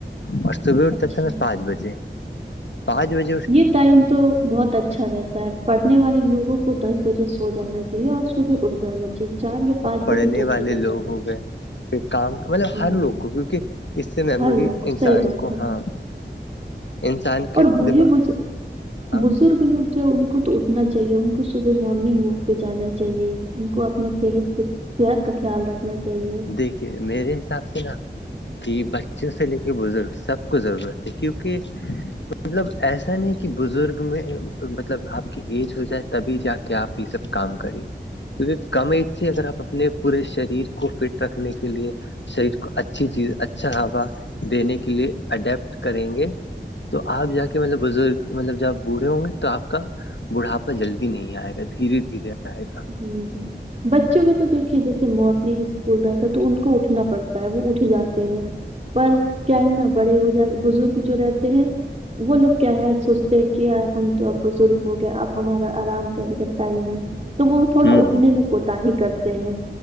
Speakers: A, on the left; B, on the right.
A: اور صبح اٹھتا
B: اچھا
A: تھا میں پانچ بجے پانچ بجیے
B: یہ ٹائم تو بہت اچھا رہتا تا ہے پڑھنے والے لوگوں کو دس بجے سو جانا چاہیے اور صبح اٹھ جانا چاہیے چار یا پانچ
A: پڑھنے
B: بجے تو اٹھ
A: والے
B: ہی جانا
A: لوگ
B: چاہیے
A: ہو گئے پہ کام مطلب
B: ہوں
A: ہر لوگ کو کیونکہ اس سے میموری
B: ہر لوگ کو صحیح
A: انسان
B: بات
A: کو
B: ہے
A: ہاں انسان کے
B: اور بوڑھے
A: دماغ
B: بز-
A: ہاں
B: بزرگ لوگ جو ان کو تو اٹھنا چاہیے ان کو صبح مارننگ واک پہ جانا چاہیے ان کو اپنا صحت پ صحت کا خیال رکھنا چاہیے
A: دیکھیے میرے حساب سے نا ت بچوں سے لے کے بزرگ سب کو ضرورت ہے کیونکہ مطلب ایسا نہیں کہ بزرگ میں مطلب آپ کی ایج ہو جائے تبھی جا کے آپ یہ سب کام کریے کیونکہ کم سے اگر آپ اپنے پورے شریر کے کو فٹ رکھنے کے لیے شریر کو اچھی چیز اچھا ہوا دینے کے لیے اڈیپٹ کریں گے تو آپ جا کے مطلب بزرگ مطلب جب آپ بوڑھے ہوں گے تو آپ کا بڑھاپا جلدی نہیں آئے گا دھیرے دھیرے آئے گا
B: جی جی بچوں کا تو دیکھیے جیسے مارننگ اسکول رہتا تو ان کو اٹھنا پڑتا ہے وہ اٹھ جاتے ہیں پر کیا ہے نا بڑے ہو جات بزرگ جو رہتے ہیں وہ لوگ کیا ہے سوچتے ہیں کہ ہم تو اب بزرگ ہو گیا اب ہمارا آرام کر کا ٹائم ہے تو وہ تھوڑا
A: ہوں
B: اٹھنے
A: ہوں
B: میں کوتااہی کرتے ہیں